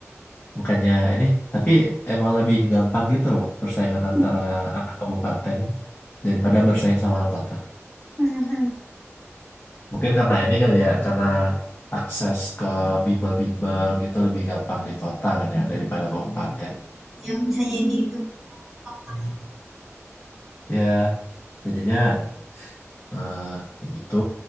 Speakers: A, on the left (about 40°); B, in the centre.
A: Bukannya ini, tapi emang lebih gampang gitu loh persaingan antara
B: Hmm.
A: anak kabupaten daripada bersaing sama anak kota.
B: Hmm. Hmm.
A: Mungkin karena ini kali ya, karena akses ke bimbel-bimbel gitu lebih gampang di kota kan ya daripada kabupaten.
B: Ya bisa jadi itu. Otak.
A: Ya, jadinya eh, kayak gitu.